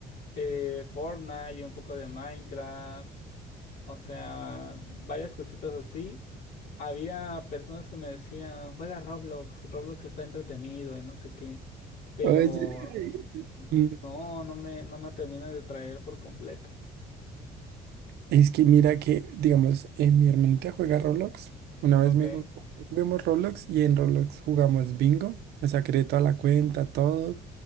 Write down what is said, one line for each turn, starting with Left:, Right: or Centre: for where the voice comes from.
Left: eh, Fortnite y un poco de Minecraft, o sea, varias cositas así. Había personas que me decían, juega Roblox, Roblox está entretenido y no sé qué, pero
Right: Oye,
Left: n-
Right: mm,
Left: no, no me, no me termina de atraer por completo,
Right: es que mira que, digamos, eh, mi hermanita juega Roblox. Una
Left: ¿ok?
Right: vez me dijo, juguemos Roblox y en Roblox jugamos bingo. O sea, creé toda la cuenta, todo.